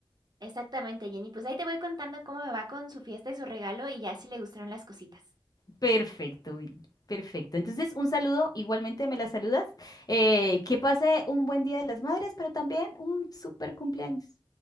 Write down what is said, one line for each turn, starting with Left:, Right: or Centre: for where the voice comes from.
Right: Exactamente, Jenny. Pues ahí te voy contando cómo me va con su fiesta y su regalo y ya si le gustaron las cositas.
Left: Perfecto, Vicky, perfecto. Entonces, un saludo, igualmente me la saludas. Eh, que pase un buen Día de las Madres, pero también un súper cumpleaños.